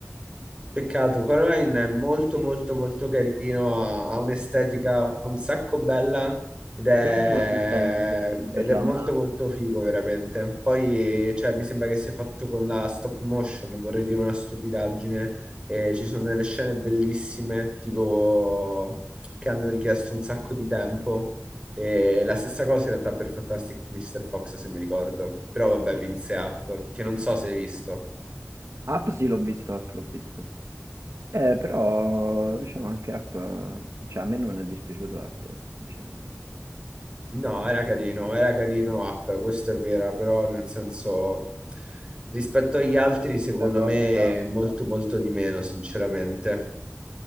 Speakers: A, on the right; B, on the right.
A: Peccato, Coraline è molto molto molto carino, ha, ha un'estetica un sacco bella ed è,
B: Quello ce l'ho presente che sto di
A: ed
B: Caccia,
A: è molto
B: ma
A: molto figo veramente. Poi cioè, mi sembra che sia fatto con la stop motion, vorrei dire una stupidaggine, e ci sono delle scene bellissime, tipo che hanno richiesto un sacco di tempo. E la stessa cosa in realtà per Fantastic Mr. Fox, se mi ricordo, però vabbè, vinse Up, che non so se hai visto.
B: Up sì l'ho visto, Up l'ho visto. Eh, però diciamo anche app, eh, cioè a me non è dispiaciuto app, sinceramente.
A: No, era carino, era carino Up, questo è vero, però nel senso rispetto agli
B: Dici
A: altri secondo
B: la cosa.
A: me è molto molto di meno, sinceramente.